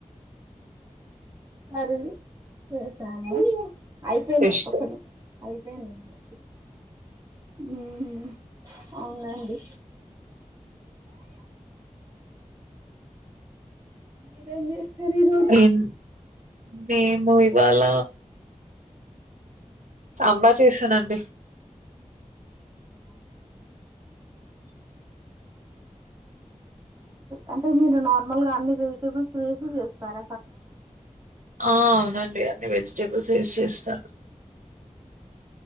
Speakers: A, on the right; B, on the right.
A: అరస <unintelligible> అయిపోయింది
B: ఫిష్
A: ఒకని అయిపోయింది హ్మ్ అవునండి మీరేం చేశారు ఈ రోజు
B: హ్మ్ మేము ఇవాళ సాంబార్ చేసానండి
A: అ అంటే మీరు నార్మల్ గా అన్ని వెజిటబుల్స్ వేసి చేస్తార
B: ఆ అవునండి అన్ని వెజిటేబుల్స్ వేసి చేస్తాను